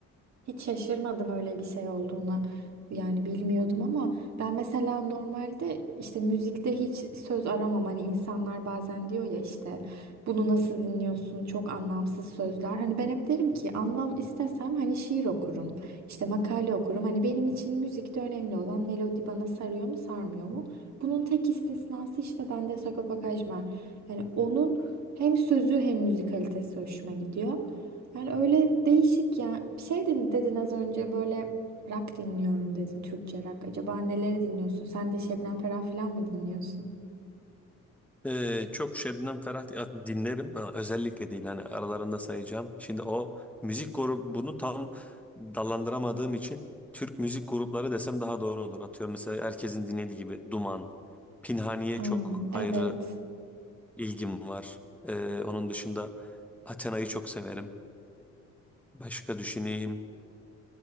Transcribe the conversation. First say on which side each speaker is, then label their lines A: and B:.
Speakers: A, on the right; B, in the centre.
A: Hiç şaşırmadım öyle bir şey olduğuna. Yani bilmiyordum ama ben mesela normalde işte müzikte hiç söz aramam. Hani insanlar bazen diyor ya işte bunu nasıl dinliyorsun? Çok anlamsız sözler. Hani ben hep derim ki anlam istesem hani şiir okurum. işte makale okurum. Hani benim için müzikte önemli olan melodi bana sarıyor mu sarmıyor mu? Bunun tek istisnası işte bende Sagopa Kajmer. Yani onun hem sözü hem müzikalitesi hoşuma gidiyor. Yani öyle değişik ya. Şey dedin, dedin az önce böyle rock dinliyorum dedin Türkçe rock. Acaba neleri dinliyorsun? Sen de Şebnem Ferah falan mı dinliyorsun?
B: Ee, çok Şebnem Ferah dinlerim. Ha, Özellikle değil hani aralarında sayacağım. Şimdi o müzik grubunu tam dallandıramadığım için Türk müzik grupları desem daha doğru olur. Atıyorum mesela herkesin dinlediği gibi Duman, Pinhaniye
A: Aa,
B: çok ayrı
A: evet.
B: ilgim var. Ee, onun dışında Athena'yı çok severim. Başka düşüneyim.